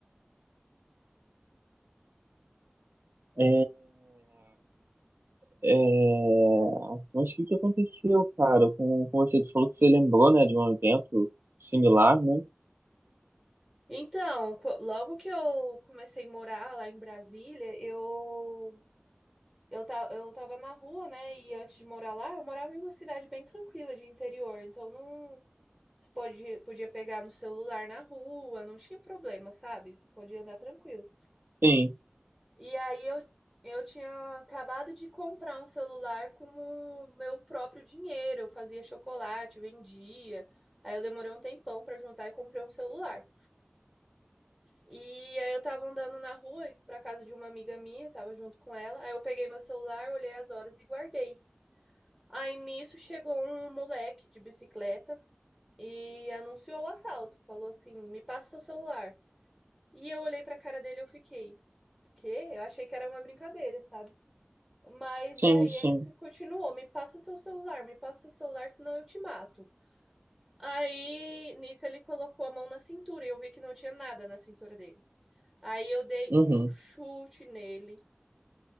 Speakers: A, on the right (about 60°); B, in the centre.
A: É, é... Mas o que que aconteceu, cara? Com, com você, você falou que você lembrou, né, de um evento similar, né?
B: Então, co- logo que eu comecei a morar lá em Brasília, eu eu, ta, eu tava na rua, né? E antes de morar lá, eu morava em uma cidade bem tranquila de interior. Então, não você pode, podia pegar no celular na rua, não tinha problema, sabe? Você podia andar tranquilo.
A: Sim,
B: E aí eu, eu tinha acabado de comprar um celular com o meu próprio dinheiro. Eu fazia chocolate, vendia. Aí eu demorei um tempão pra juntar e comprei um celular. E aí eu tava andando na rua, indo pra casa de uma amiga minha, tava junto com ela. Aí eu peguei meu celular, olhei as horas e guardei. Aí nisso chegou um moleque de bicicleta e anunciou o assalto. Falou assim: "Me passa seu celular". E eu olhei pra cara dele e eu fiquei: "Quê?". Eu achei que era uma brincadeira, sabe? Mas
A: sim,
B: aí
A: sim.
B: ele fi- continuou: "Me passa seu celular, me passa seu celular, senão eu te mato". Aí nisso ele colocou a mão na cintura e eu vi que não tinha nada na cintura dele. Aí eu dei
A: Uhum.
B: um chute nele,